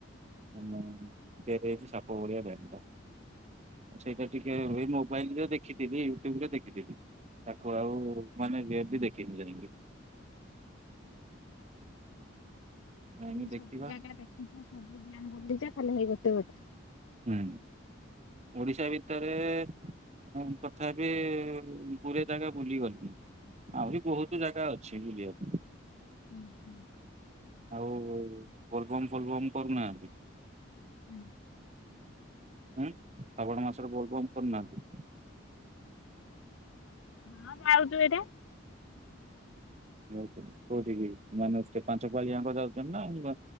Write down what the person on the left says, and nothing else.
ମୁଁ
ସବୁ ଜାଗା ଦେଖି ସବୁ ଡ୍ୟାମ୍ ବୁଲିଚ ଖାଲି ହେଇ ଗୋଟେ ଗୋଟେ।
ହୁଁ ହୁଁ।
ହୁଁ।
ହଁ ଯାଉଚୁ ଏଇଟା।